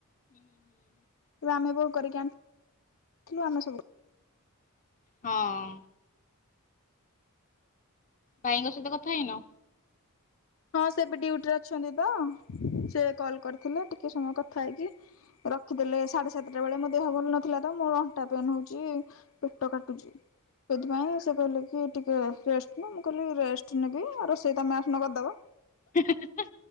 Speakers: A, on the left; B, on the left.
A: ହୁଁ ହୁଁ।
B: କହିବେ ଆମେ ବୋହୂ କରିକି ଆଣିଥିଲୁ ଆମେ ସବୁ କରି
A: ହଁ। ଭାଇଙ୍କ ସହିତ କଥା ହେଇନୁ?
B: ହଁ ସେ ଏବେ ଡିଉଟିରେ ଅଛନ୍ତି ତ ସେ କଲ କରିଥିଲେ ଟିକେ ସମୟ କଥା ହେଇକି ରଖିଦେଲେ ସାଢେ ସାତଟା ବେଳେ ମୋ ଦେହ ଭଲ ନଥିଲା ତ ମୋର ଅଣ୍ଟା ପେନ୍ ହଉଛି। ପେଟ କାଟୁଚି ସେଥିପାଇଁ ସେ କହିଲେ କି ଟିକେ ରେସ ନା ମୁଁ କହିଲି ରେଷ୍ଟ ନେବି ଆଉ ରୋଷେଇ ତମେ ଆସୁନ କରିଦେବ।
A: <unintelligible>